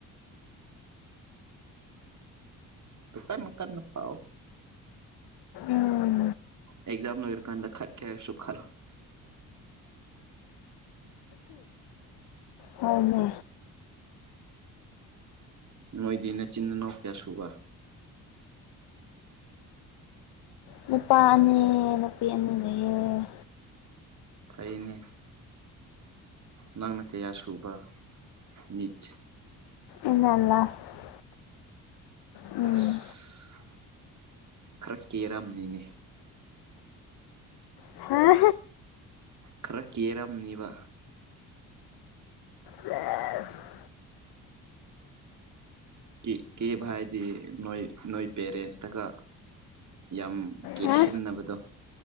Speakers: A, on the right (about 45°); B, on the left (about 70°).
A: ꯀꯩꯅ ꯀꯟꯅ ꯄꯥꯑꯣ
B: ꯎꯝ
A: ꯑꯦꯛꯖꯥꯝ ꯂꯣꯏꯔꯀꯥꯟꯗ ꯈꯠ ꯀꯦ ꯍꯥꯏꯁꯨ ꯈꯜ
B: ꯍꯅꯦ
A: ꯃꯣꯏꯗꯤ ꯅꯆꯤꯤꯟꯅꯣ ꯀꯌꯥ ꯁꯨꯕ
B: ꯅꯨꯄꯥ ꯑꯅꯤ ꯅꯨꯄꯤ ꯑꯅꯤ ꯂꯩꯌꯦ
A: ꯐꯩꯅꯤ ꯅꯪꯅ ꯀꯌꯥ ꯁꯨꯕ ꯃꯤꯠ
B: ꯏ ꯂꯥꯁ ꯎꯝ
A: ꯑꯁ ꯈꯔ ꯀꯦꯔꯝꯅꯤꯅꯦ
B: ꯍꯥ
A: ꯈꯔ ꯀꯦꯔꯝꯅꯤꯕ
B: ꯁꯦꯁ
A: ꯀ ꯀꯦꯕ ꯍꯥꯏꯗꯤ ꯅꯣꯏ ꯅꯣꯏ ꯄꯦꯔꯦꯟꯁꯇꯒ ꯌꯥꯝ ꯀꯦꯛꯁꯤꯟꯅꯕꯗꯣ
B: ꯍꯥ